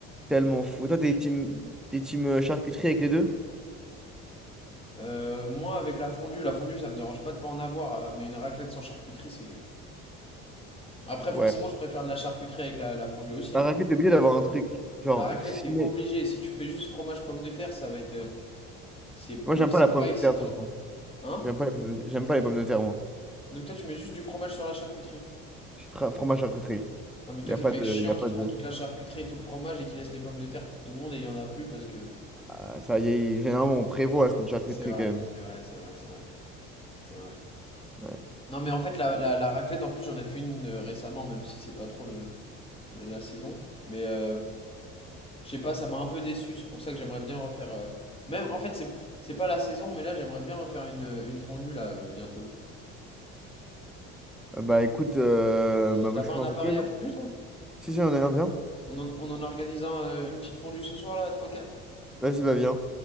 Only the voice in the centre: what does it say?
Tellement fou. Toi, t'es team, t'es team euh, charcuterie avec les deux?
Ouais.
La
raclette, t'es obligé d'avoir un truc. Genre,
si-
Moi,
j'aime pas
la pomme
de
terre, de toute
J'aime pas, les pommes de- j'aime pas les pommes de terre, moi.
Je suis fra- fromage charcuterie.
Il n'y a
pas
de.
Il y a
pas
de...
Ah, ça y est, généralement, on prévoit cette charcuterie
quand même.
Ouais.
Ah Bah écoute, euh, bah, moi
je
suis
en
non?
Si, si, on est un, viens.
Vas-y, bah viens.